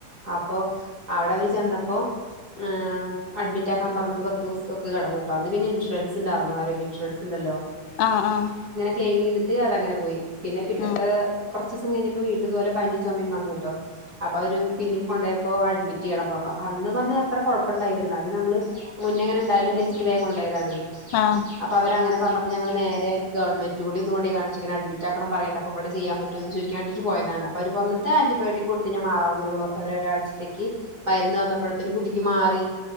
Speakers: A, on the right; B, on the left.
A: അപ്പോ അവടെ അവര് ചെന്നപ്പോ ആഹ് അഡ്മിറ്റാക്കാൻ പറഞ്ഞിട്ട് പത്ത് ദുവസൊക്കെ കടന്നൂട്ടോ അന്ന്. പിന്നെ ഇൻഷുറൻസ് ണ്ടാർന്നു ആരോഗ്യ ഇൻഷുൻസ് ണ്ടല്ലോ
B: ആഹ് ആഹ്
A: ക്ലെമീത്ട്ട് അതങ്ങനെ പോയി. പിന്നെ പിറ്റത്തെ
B: ഉം
A: കൊർ ച്ചൂസം കഴിഞ്ഞപ്പോ വീണ്ടും ഇത്പോലെ പനീം ചൊമീം ചുമയും വന്നൂട്ടോ അപ്പവര് പിന്നീം കൊൺ അപ്പോ അഡ്മിറ്റീയണം പറഞ്ഞു അപ്പ അന്ന് പറഞ്ഞത്രാ കോഴപ്പണ്ടായില്ല ന്നാലും നമ്മള് മുന്നെങ്ങനെ ണ്ടായതല്ലേച്ച്ട്ട് വേം കൊണ്ടോയതാണ്
B: ആഹ്
A: അപ്പം അവര് അങ്ങനെ പറഞ്ഞപ്പോ ഞങ്ങള് നേരെ ഗവൺമെന്റിലുങ്കൂടി ഒന്ന്‌ കൊണ്ടോയ് കാണിച്ച് ങ്ങനെ അഡ്മിറ്റാക്കണം പറീണ് ണ്ട്. അപ്പവടെ ചെയ്യാം പറ്റോന്ന് ചോയ്ക്കാം വേണ്ടീറ്റ് പോയതാണ്. അപ്പം അവര് പറഞ്ഞു ഇത് ആന്റിബയോട്ടിക്ക് കൊട്ത്താമാറാവുന്നുള്ളു. പറഞ് അവരോ ഒരാഴ്ച്ചത്തേക്ക് മരുന്ന് തന്നപ്പോഴത്തേ ട്ടിക്ക് മാറി